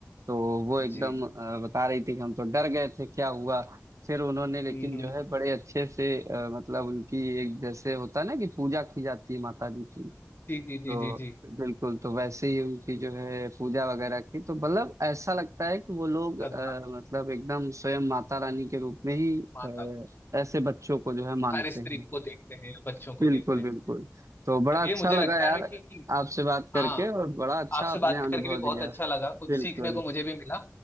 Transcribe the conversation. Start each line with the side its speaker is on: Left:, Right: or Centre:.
Right: तो वो एकदम
Left: जी
Right: अ, बता रही थी कि हम तो डर गए थे क्या हुआ फिर उन्होंने लेकिन
Left: हम्म, हम्म।
Right: जो है बड़े अच्छे से अ, मतलब उनकी एक जैसे होता है ना कि पूजा की जाती है माता जी की
Left: जी जी जी
Right: तो
Left: जी जी
Right: बिल्कुल तो वैसे ही उनकी जो है पूजा वगैरह की तो मतलब ऐसा लगता है कि वो लोग
Left: श्रद्धा
Right: अ, मतलब एकदम स्वयं माता
Left: हम्म,
Right: रानी के रूप में ही अ,
Left: माता
Right: ऐसे बच्चों को जो है मानते
Left: हर स्त्री
Right: हैं
Left: को देखते हैं बच्चों को
Right: बिल्कुल
Left: देखते हैं
Right: बिल्कुल तो बड़ा
Left: चलिए
Right: अच्छा
Left: मुझे
Right: लगा
Left: लगता
Right: यार
Left: है कि
Right: आपसे बात करके
Left: हाँ
Right: और बड़ा अच्छा
Left: आपसे
Right: आपने
Left: बात
Right: अनुभव
Left: करके भी बहुत
Right: दिया
Left: अच्छा लगा कुछ
Right: बिल्कुल
Left: सीखने को मुझे भी मिला